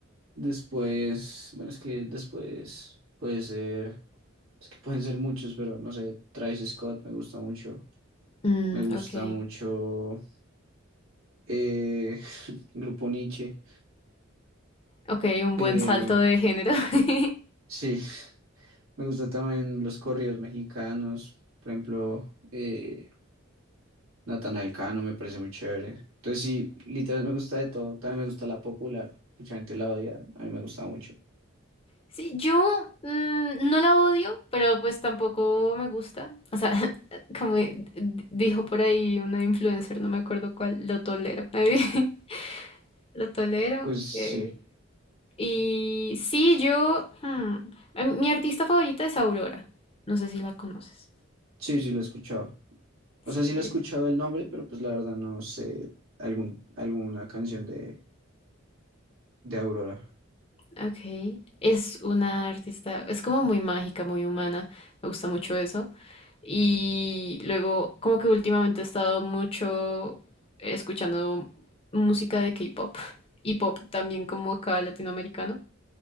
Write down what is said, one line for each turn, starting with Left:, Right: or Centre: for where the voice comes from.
Right: Después, bueno, es que después puede ser. Es que pueden ser muchos, pero no sé. Travis Scott me gusta mucho.
Left: Mm,
Right: Me gusta
Left: ok.
Right: mucho. eh, <laughs> Grupo Niche.
Left: Ok, un
Right: Eh,
Left: buen salto de género. <laughs>
Right: sí, me gusta también los corridos mexicanos. Por ejemplo, eh, Natanael Cano me parece muy chévere. Entonces sí, literal me gusta de todo. También me gusta la popular. Mucha gente la odia. A mí me gusta mucho.
Left: Sí, yo mm, no la odio, pero pues tampoco me gusta. O sea, <laughs> como di- dijo por ahí una influencer, no me acuerdo cuál, lo tolero. <laughs> Lo tolero.
Right: Pues sí,
Left: eh, Y sí, yo... hmm, eh, mi artista favorita es Aurora. No sé si la conoces.
Right: sí, sí lo he escuchado. O
Left: Sí,
Right: sea, sí lo
Left: ella.
Right: he escuchado el nombre, pero pues la verdad no sé algún, alguna canción de, de Aurora.
Left: Ok. Es una artista, es como muy mágica, muy humana. Me gusta mucho eso. Y luego, como que últimamente he estado mucho escuchando música de K-pop y pop también como acá latinoamericano.